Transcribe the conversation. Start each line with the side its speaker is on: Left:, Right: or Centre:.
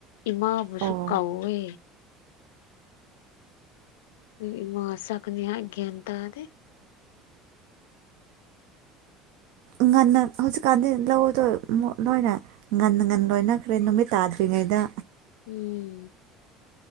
Left: ꯏꯃꯥꯕꯨꯁꯨ
Right: ꯑꯣ
Left: ꯀꯧꯋꯦ ꯑꯗꯨꯒꯤ ꯏꯃꯥ ꯆꯠꯀꯅꯤ ꯍꯥꯏ ꯒ꯭ꯌꯥꯟ ꯇꯥꯗꯦ
Right: ꯉꯟꯅ ꯍꯧꯖꯤꯛꯀꯥꯟꯗꯤ ꯂꯧꯗꯣ ꯂꯣꯏꯅ ꯉꯟ ꯉꯟ ꯂꯣꯏꯅꯈ꯭ꯔꯦ ꯅꯨꯃꯤꯠ ꯇꯥꯗ꯭ꯔꯤꯉꯩꯗ
Left: ꯎꯝ